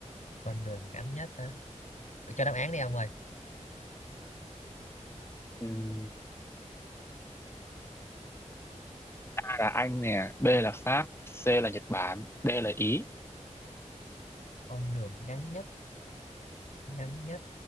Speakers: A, on the left; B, on the left.
A: con đường ngắn nhất á Tôi cho đáp án đi ông ơi
B: đấy A là Anh nè B là Pháp C là Nhật Bản D là Ý
A: con đường ngắn nhất ngắn nhất